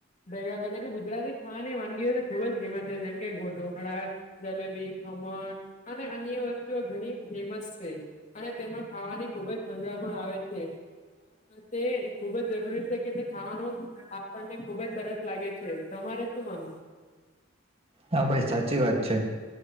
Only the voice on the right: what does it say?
હા ભાઈ સાચી વાત છે.